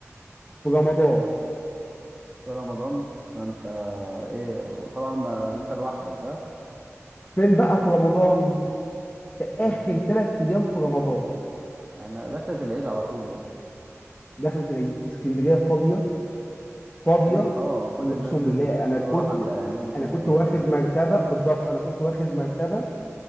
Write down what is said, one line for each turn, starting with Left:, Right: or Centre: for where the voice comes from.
Left: في رمضان
Right: في رمضان ده انت ايه وطبعا ما انت لوحدك ها
Left: فين بقى في رمضان في اخر
Right: ايه
Left: ثلاث ايام في رمضان
Right: يعني دخلت العيد على طول يعني
Left: دخلت العيد اسكندريه فاضيه فاضيه
Right: ايوه طبعا وكل
Left: واقسم
Right: الناس
Left: بالله
Right: نزلت
Left: انا
Right: كله
Left: كنت
Right: راح عند اهليهم عشان
Left: انا كنت
Right: العيد
Left: واخد
Right: وكده
Left: مرتبه بالظبط انا كنت واخد مرتبه